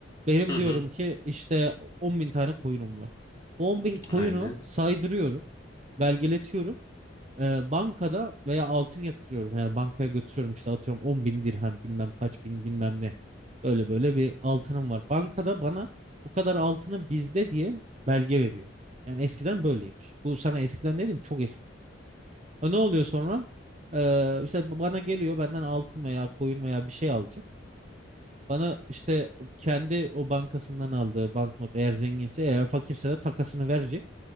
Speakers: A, on the right (about 35°); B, on the left (about 20°).
A: Benim
B: hı hı.
A: diyorum ki işte 10 bin tane koyunum var. 10 bin koyunu
B: Aynen.
A: saydırıyorum belgeletiyorum. Ee, bankada veya altın yatırıyorum. Yani bankaya götürüyorum işte atıyorum 10 bin dirhem bilmem kaç bin bilmem ne. Böyle böyle bir altınım var. Bankada bana bu kadar altını bizde diye belge veriyor. Yani eskiden böyleymiş. Bu sana eskiden dedim çok eski. Ha, ne oluyor sonra? Ee, işte bana geliyor benden altın veya koyun veya bir şey alacak. Bana işte kendi o bankasından aldığı banknot eğer zenginse eğer fakirse de takasını verecek.